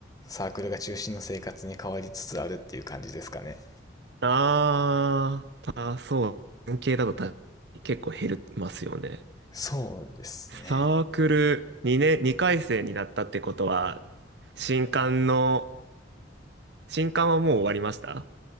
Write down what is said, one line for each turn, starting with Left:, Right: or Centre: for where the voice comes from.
Left: サークルが中心の生活に変わりつつあるっていう感じですかね。
Right: あー、あ、そう。文系だとた結構減りますよね。
Left: そうですね。
Right: サークル2年、2回生になったってことは、新刊の、新刊はもう終わりました